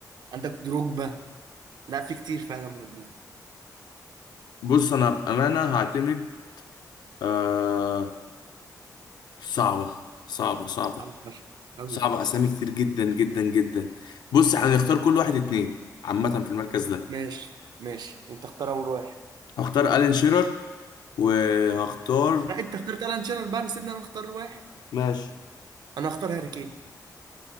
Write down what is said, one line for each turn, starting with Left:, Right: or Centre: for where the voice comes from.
Right: عندك دروجبا لا في كتير فعلا مهاجمين
Left: بص انا بامانه هعتمد آه صعبه صعبه صعبه
Right: صعب فشخ قوي
Left: صعبه اسامي كتير جدا جدا جدا بص احنا هنختار كل واحد اتنين عامه في المركز ده
Right: ماشي ماشي انت اختار اول واحد
Left: هختار الين شيرر وهختار
Right: لا انت اخترت الان شيرر بقى سيبني انا اختار واحد
Left: ماشي
Right: انا اختار هاري كين